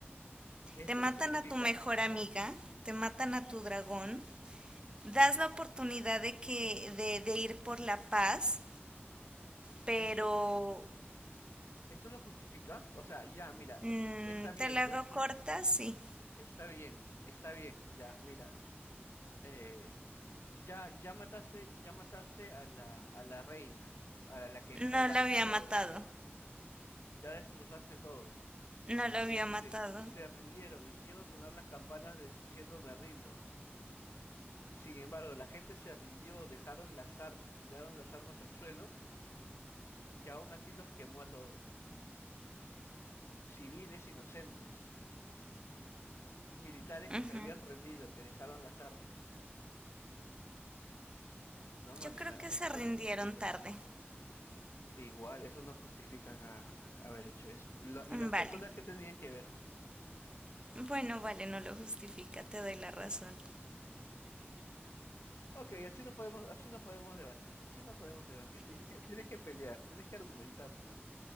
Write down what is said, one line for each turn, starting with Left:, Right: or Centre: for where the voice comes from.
Left: ¿Eso
Right: Te
Left: lo
Right: matan
Left: justifica?
Right: a tu mejor amiga, te matan a tu dragón, das la oportunidad de que de, de ir por la paz, pero
Left: ¿Eso, ju- eso lo justifica? O sea, ya, mira,
Right: mm,
Left: es- está bien,
Right: te la
Left: es-
Right: hago corta, sí.
Left: está bien, está bien, ya, mira. eh, ya, ya mataste, ya mataste a la, a la reina, a la, la que
Right: No
Left: organizó
Right: lo había
Left: todo.
Right: matado,
Left: Ya destrozaste todo.
Right: no lo
Left: Este,
Right: había matado.
Left: se rindieron, hicieron sonar las campanas de- diciendo me rindo. Sin embargo, la gente se rindió, dejaron las armas, tiraron las armas al suelo y aún así los quemó a todos. Civiles inocentes, militares
Right: Ujú.
Left: que se habían rendido, que dejaron las armas. No, mamita,
Right: Yo creo que
Left: eso
Right: se
Left: no
Right: rindieron
Left: lo justifica.
Right: tarde.
Left: Igual, eso no justifica ga- haber hecho eso. Lo- y
Right: Mm,
Left: las
Right: Vale.
Left: personas que tenían que ver.
Right: Bueno, vale, no lo justifica, te doy la razón.
Left: Ok, así no podemos, así no podemos debatir, así no podemos debatir. Tienes que, tienes que pelear, tienes que argumentar tú,